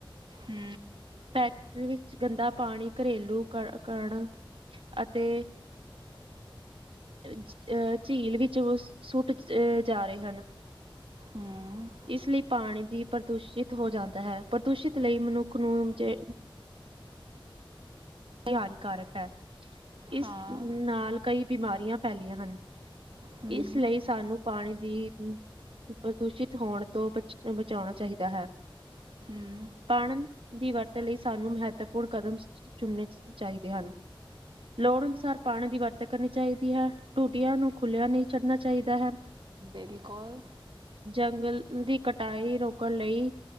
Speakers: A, on the right; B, on the right.
A: ਹੂ
B: ਫੈਕਟਰੀ ਵਿੱਚ ਗੰਦਾ ਪਾਣੀ, ਘਰੇਲੂ ਕਰਨ ਅਤੇ ਅਹ ਝੀਲ ਵਿੱਚ, ਉਹ ਸੁੱਟ ਜਾ ਰਹੇ ਹਨ
A: ਹੂੰ
B: ਇਸ ਲਈ ਪਾਣੀ ਦੀ ਪ੍ਰਦੂਸ਼ਿਤ ਹੋ ਜਾਂਦਾ ਹੈ, ਪ੍ਰਦੂਸ਼ਿਤ ਲਈ ਮਨੁੱਖ ਨੂੰ ਜ ਹਾਨੀਕਾਰਕ ਹੈ ਇਸ
A: ਹਾਂ
B: ਨਾਲ ਕਈ ਬਿਮਾਰੀਆਂ ਫੈਲੀਆਂ ਹਨ
A: ਹੂੰ
B: ਇਸ ਲਈ ਸਾਨੂੰ ਪਾਣੀ ਦੀ ਪ੍ਰਦੂਸ਼ਿਤ ਹੋਣ ਤੋਂ ਬਚ ਬਚਾਉਣਾ ਚਾਹੀਦਾ ਹੈ
A: ਹਮ
B: ਪਾਣੀ ਦੀ ਵਰਤੋ ਲਈ ਸਾਨੂੰ ਮਹੱਤਵਪੂਰਨ ਕਦਮ ਚੁਣਨੇ ਚਾਹੀਦੇ ਹਨ ਲੋੜ ਅਨੁਸਾਰ ਪਾਣੀ ਦੀ ਵਰਤੋਂ ਕਰਨੀ ਚਾਹੀਦੀ ਹੈ, ਟੂਟੀਆਂ ਨੂੰ ਖੁੱਲ੍ਹਿਆ ਨਹੀਂ ਛੱਡਣਾ ਚਾਹੀਦਾ ਹੈ
A: ਬਿਲਕੁਲ
B: ਜੰਗਲ ਦੀ ਕਟਾਈ ਰੋਕਣ ਲਈ